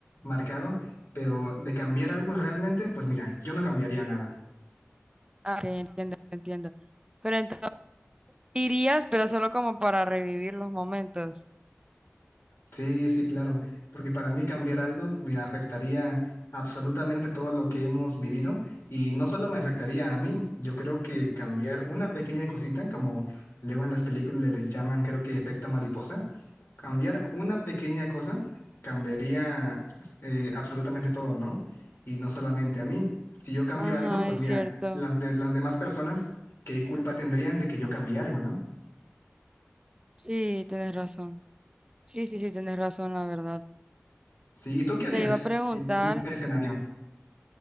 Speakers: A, on the left; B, on the right.
A: marcado, pero de cambiar algo realmente, pues mira, yo no cambiaría nada.
B: ah, Ok, entiendo, entiendo. Pero entonces irías, pero solo como para revivir los momentos.
A: Sí, sí, claro, porque para mí cambiar algo, mira, afectaría absolutamente todo lo que hemos vivido y no solo me afectaría a mí, yo creo que cambiar una pequeña cosita, como luego en las películas les llaman, creo que efecto mariposa, Cambiar una pequeña cosa cambiaría eh, absolutamente todo, ¿no? Y no solamente a mí. Si yo cambio
B: Ajá,
A: algo, pues
B: es
A: mira,
B: cierto.
A: las, de- las demás personas, ¿qué culpa tendrían de que yo cambie algo, ¿no?
B: Sí, tienes razón. Sí, sí, sí, tienes razón, la verdad.
A: Sí, ¿y tú qué harías
B: Te iba a preguntar,
A: en, en este escenario?